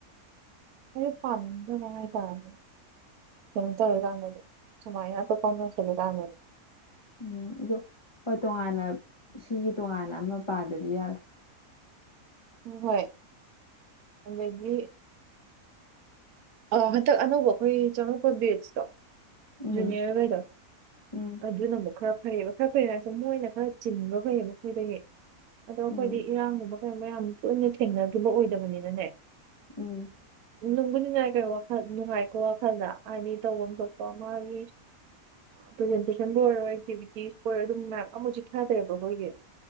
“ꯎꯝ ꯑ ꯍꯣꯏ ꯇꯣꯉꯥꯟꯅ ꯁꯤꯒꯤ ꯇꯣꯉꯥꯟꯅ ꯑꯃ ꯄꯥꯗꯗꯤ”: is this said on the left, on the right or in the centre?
Left